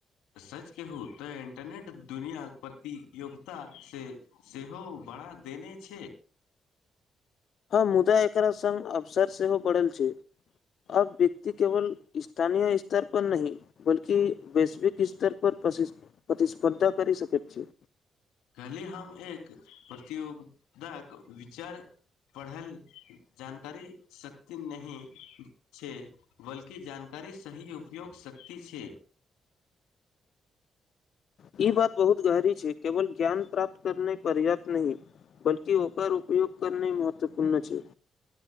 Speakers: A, on the left; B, on the left.
A: सच कहू तऽ इंटरनेट दुनिया प्रतियोगता से सेहो बढ़ा देने छै
B: हमँ मुदा एकरा सङ्ग अवसर सेहो पड़ल छैय अब व्यक्ति केवल स्थानीय स्तर पर नहि बल्कि वैश्विक स्तर पर प्रतिस्पर्धा कर सक छै
A: कली हम एक प्रतियोगाक विचार पढ़ल जानकारी सकती नहि छै बल्कि जानकारी कर सही उपयोग शक्ति छै
B: ई बात बहुत गहरी छै केवल ज्ञान प्राप्त करने पर्याप्त नहि बलकि होकर उपयोग करने महत्वपूर्ण छै